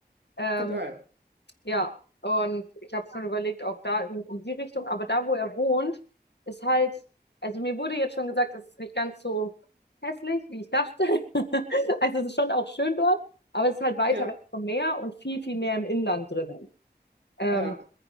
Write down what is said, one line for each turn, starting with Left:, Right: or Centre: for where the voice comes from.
Left: Ähm,
Right: voll geil.
Left: Ja, und ich habe schon überlegt, auch da in, in die Richtung, aber da, wo er wohnt, ist halt, also mir wurde jetzt schon gesagt, es ist nicht ganz so hässlich, wie ich dachte. <laughs> Also es ist schon auch schön dort, aber es ist halt weiter
Right: Ja,
Left: weg vom Meer und viel, viel mehr im Inland drinnen. Ähm,
Right: ja.